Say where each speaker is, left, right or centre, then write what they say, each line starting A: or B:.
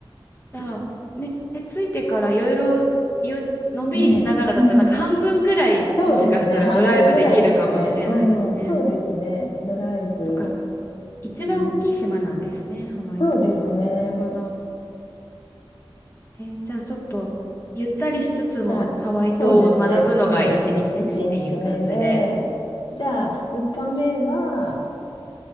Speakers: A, on the left; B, on the left.
A: あ、ね、ねついてからいろいろゆのんびりしながらだったら、
B: うん、うん。
A: なんか半分ぐらいもしかしたらドライブできるかもしれないですね。
B: そうですね。半分ぐらいですね。うん、そうですね。ドライブ。
A: そっか。一番大きい島なんですね、
B: うん、
A: ハワイ島が。
B: そうですね。
A: なるほど。えーじゃあちょっと、ゆったりしつつもハワイ島を学ぶのが1日目っていう感じで。
B: じゃあ、そうですね。を1日目で、じゃあ2日目は、